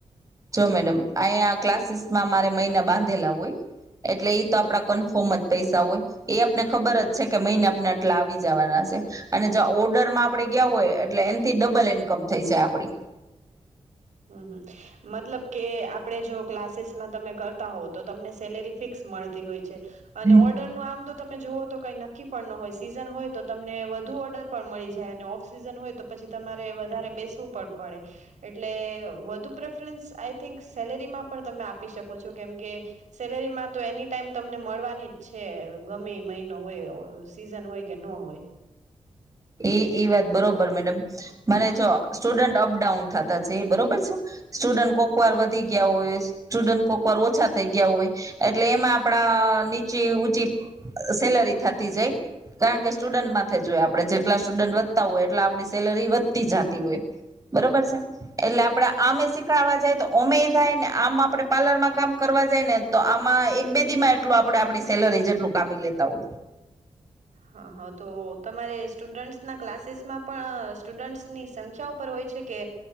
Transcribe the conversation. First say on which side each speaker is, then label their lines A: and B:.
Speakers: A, on the right; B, on the right.
A: જો મેડમ અહી આ ક્લાસીસ માં મારે મહિના બાંધેલા હોય એટલે એ તો
B: હમ
A: આપડા
B: હમ
A: કન્ફોર્મ જ પૈસા હોય એ આપને ખબર જ છે કે મહિને આપના એટલા આવી જવાના છે અને જ ઓર્ડર માં આપણેે ગયા હોય એટલે એનાથી ડબલ ઇન્કમ થઈ છે આપડી
B: હમ હમ મતલબ કે આપડે જો ક્લાસીસમાં તમે કરતા હોવ તો તમને સેલેરી ફિક્સ મળતી હોય છે અને
A: હમ
B: ઓર્ડર નું આમ તો તમે જોુઓ તો કઈ નક્કી પણ ન હોય સીઝન હોય તો તમને વધુ ઓર્ડર પણ મળી જાય અને ઓફ સીઝન હોય તો પછી તમારે વધારે બેસવું પણ પડે એટલે વધુ પ્રેફરન્સ આઈ થિંક સેલેરીમાં પણ તમે આપી શકો છો કેમ કે સેલેરીમાં તો એની ટાઈમ તમને મળવાની જ છે ગમે મહિનો હોય સીઝન હોય કે ન હોય
A: એ એ વાત બરોબર મેડમ મને જો સ્ટુડન્ટ અપડાઉન થતા જ બરોબર છે સ્ટુડન્ટ કોકવાર વધી ગયા હોય સ્ટુડન્ટ કોકવાર ઓછા થઈ ગયા હોય એટલે એમાં આપડા નીચી ઊંચી સેલરી થતી જાય કારણ કે સ્ટુડન્ટમાં જોએ આપડે જે એટલા સ્ટુડન્ટ વધતા હોય એટલે આપણી સેલરી વધતી જતી હોય બરોબર છે એટલે આપડે આમે શીખડવા જાય તો ઓમેય થાય ને આમાં આપડણે પાર્લર માં કામ કરવા જાય ને તો આમાં એક બેદી માં એટલું આપે આપણી સેલરી જેટલું કામી લેતા હો
B: હા હા તો તમારે સ્ટુડન્ટ્સના ક્લાસીસમાં પણ સ્ટુડન્ટ્સની સંખ્યા ઉપર હોય છે કે